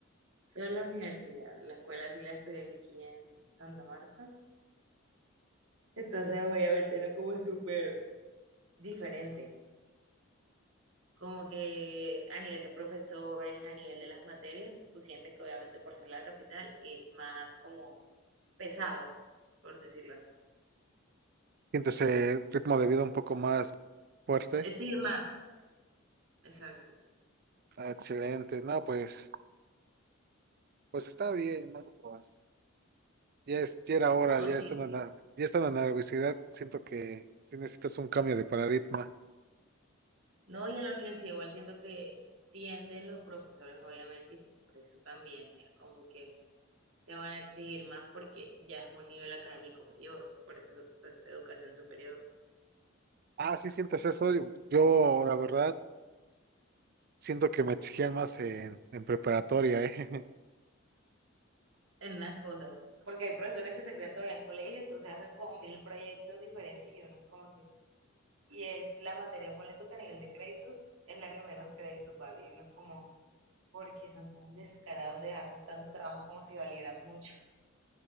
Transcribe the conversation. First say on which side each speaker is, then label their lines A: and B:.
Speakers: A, on the right; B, on the right.
A: Solo la universidad, la escuela sí la estoy aquí en Santa Marta. Entonces obviamente era como súper diferente. Como que a nivel de profesores, a nivel de las materias, tú sientes que obviamente por ser la capital es más como pesado, por decirlo así.
B: ¿Sientes el ritmo de vida un poco más fuerte?
A: Exige más. Exacto.
B: Ah, Excelente, no, pues, pues está bien, ¿no? Pues, ya es, ya era hora,
A: No,
B: ya
A: sí.
B: estando en la, ya estando en la universidad, siento que sí necesitas un cambio de paradigma.
A: No, y en la universidad igual siento que tienden los profesores, obviamente, y por eso también es como que te van a exigir más porque ya es un nivel académico mayor, por eso es pues educación superior
B: Ah, sí sientes eso, yo yo, la verdad siento que me exigían más en, en preparatoria, ¿eh?
A: en las cosas. Porque hay profesores que se creen todavía en colegio, entonces hacen como mil proyectos diferentes y uno es como que... Y es la materia, ponle tú que a nivel de créditos es la que menos créditos vale y uno es como, ¿por qué son tan descarados de dejarnos tanto trabajo como si valieran mucho?